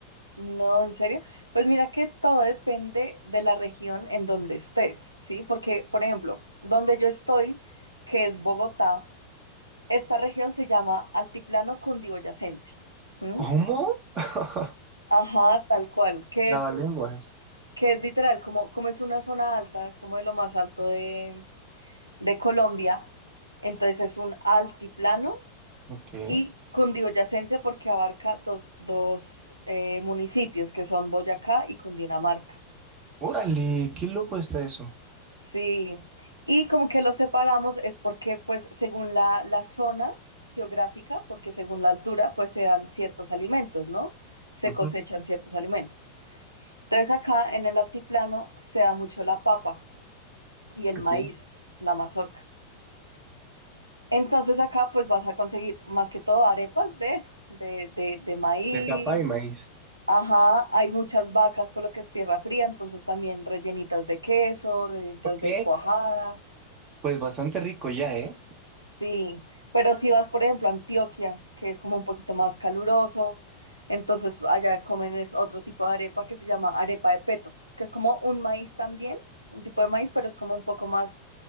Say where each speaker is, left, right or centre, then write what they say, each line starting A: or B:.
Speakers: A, on the right; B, on the right.
A: no, en serio. Pues mira que todo depende de la región en donde estés, ¿sí? Porque, por ejemplo, donde yo estoy, que es Bogotá, esta región se llama Altiplano Cundiboyacense. ¿Mm?
B: ¿Cómo? <laughs>
A: Ajá, tal cual, que
B: Lavalenguas.
A: es, que es literal, como, como es una zona alta, es como de lo más alto de, de Colombia, entonces es un altiplano
B: Ok.
A: y cundiboyacense porque abarca dos, dos, eh, municipios que son Boyacá y Cundinamarca.
B: Órale, qué loco está eso.
A: Sí, y como que los separamos es porque pues según la, la zona geográfica, porque según la altura pues se dan ciertos alimentos, ¿no? Se
B: Ujú,
A: cosechan ciertos alimentos. Entonces acá en el altiplano se da mucho la papa y el maíz,
B: ok.
A: la mazorca. Entonces acá pues vas a conseguir más que todo arepas de eso, de, de, de maíz,
B: De papá y maíz.
A: Ajá, hay muchas vacas por lo que es tierra fría, entonces también rellenitas de queso, rellenitas
B: Ok,
A: de cuajada,
B: pues bastante rico ya, ¿eh?
A: sí. Pero si vas, por ejemplo, a Antioquia, que es como un poquito más caluroso, entonces allá comen es otro tipo de arepa que se llama arepa de peto, que es como un maíz también, un tipo de maíz, pero es como un poco más,